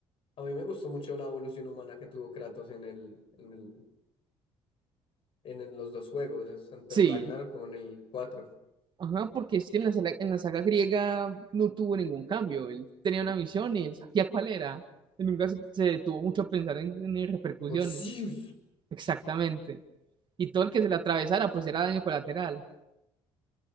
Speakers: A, on the left; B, on the right.
A: A mí me gustó mucho la evolución humana que tuvo Kratos en el, en el, en el- los dos juegos, es tanto
B: Sí.
A: en Ragnarok como en el 4.
B: Ajá, porque es que en la, sala- en la saga griega no tuvo ningún cambio. Él tenía una misión y él sabía cuál era. Él Nunca se, se detuvo mucho a pensar en en repercusiones.
A: Orsius.
B: Exactamente. y todo el que se le atravesara, pues era daño colateral.